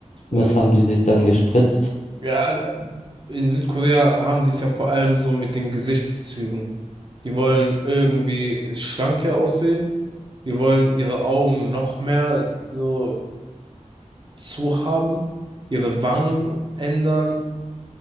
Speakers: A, on the right; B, on the left.
A: Äh,
B: Was haben die sich dann gespritzt?
A: ja, also, in Südkorea haben die es ja vor allem so mit den Gesichtszügen. Die wollen irgendwie schlanker aussehen. Die wollen ihre Augen noch mehr so zu haben, ihre Wangen ändern,